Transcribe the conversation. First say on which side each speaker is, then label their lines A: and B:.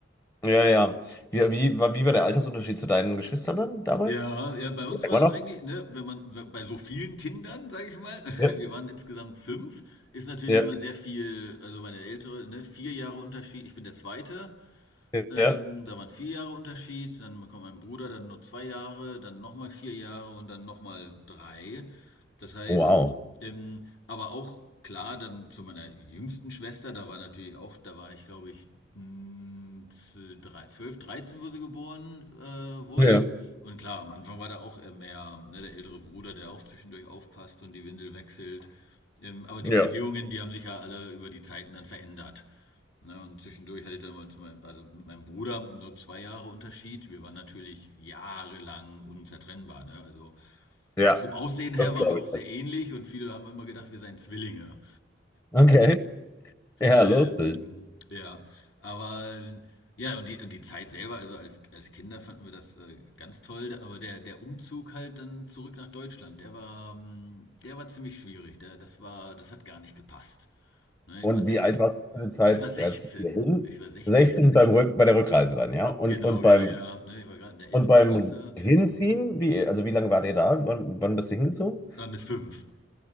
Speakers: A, on the left; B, on the left.
A: ja, ja. Wie, wie, war, wie war der Altersunterschied zu deinen Geschwistern dann damals?
B: Ja, ja, bei uns
A: Immer
B: war das
A: noch?
B: eigentlich, ne, wenn man bei so vielen Kindern, sage ich mal, <laughs>
A: Ja.
B: wir waren insgesamt fünf, ist natürlich
A: Ja,
B: immer sehr viel, also meine ältere, ne, vier Jahre Unterschied, ich bin der Zweite,
A: ja,
B: ähm, da waren vier Jahre Unterschied, dann kommt mein Bruder, dann noch zwei Jahre, dann nochmal vier Jahre und dann nochmal drei. Das heißt,
A: Wow.
B: ähm, aber auch klar, dann zu meiner jüngsten Schwester, da war natürlich auch, da war ich glaube ich mh, z- drei- 12, 13, wo sie geboren äh, wurde.
A: ja,
B: Und klar, am Anfang war da auch äh, mehr ne, der ältere Bruder, der auch zwischendurch aufpasst und die Windel wechselt. Ähm, aber die
A: ja,
B: Beziehungen, die haben sich ja alle über die Zeiten dann verändert. Ne, und zwischendurch hatte ich dann mal zu meinem, also mit meinem Bruder nur zwei Jahre Unterschied. Wir waren natürlich jahrelang unzertrennbar. Ne? Also
A: ja,
B: auch vom Aussehen her
A: das glaube
B: waren wir auch
A: ich.
B: sehr ähnlich und viele haben immer gedacht, wir seien Zwillinge.
A: Okay. Ja,
B: Ähm,
A: lustig.
B: ja, aber ja, und die, und die Zeit selber, also als, als Kinder fanden wir das äh, ganz toll, aber der, der Umzug halt dann zurück nach Deutschland, der war, ähm, der war ziemlich schwierig. Der, das war, das hat gar nicht gepasst. Ne?
A: Und
B: Ich war 16.
A: wie alt warst du zu der Zeit,
B: Ich war sechzehn
A: als wir hin?
B: Ich war 16
A: 16 beim Rück, bei der Rückreise dann, ja? Und,
B: Genau,
A: und beim
B: ja, ja. Ne, ich war gerade in der elften
A: und beim
B: Klasse.
A: Hinziehen, wie, also wie lange wart ihr da? Wann, wann bist du hingezogen?
B: Äh, mit fünf.